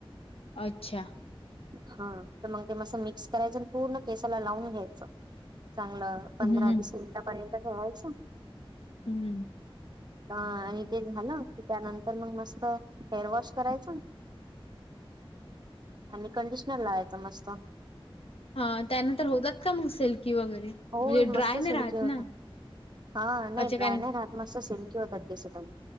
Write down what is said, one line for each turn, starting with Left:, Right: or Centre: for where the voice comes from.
Left: अच्छा.
Right: हा, तर मग ते मस्त मिक्स करायचं आणि पूर्ण केसाला लावून घ्यायचं. चांगलं
Left: हम्म
Right: पंधरा वीस मिनिटापर्यंत ठेवायचं.
Left: हम्म.
Right: हा, आणि ते झालं की त्यानंतरन मस्त हेअर वॉश करायचं
Left: <inaudible>
Right: आणि कंडिशनर लावायचं मस्त.
Left: हां, त्यानंतर होतात का मग सिल्की वगैरे,
Right: हो
Left: म्हणजे
Right: मस्त
Left: ड्राय
Right: सिल्की
Left: नाही राहत
Right: होतात
Left: ना?
Right: हा, नाही
Left: अच्छा
Right: ड्राय
Left: कारण
Right: नाही राहत. मस्त सिल्की होतात केस पण.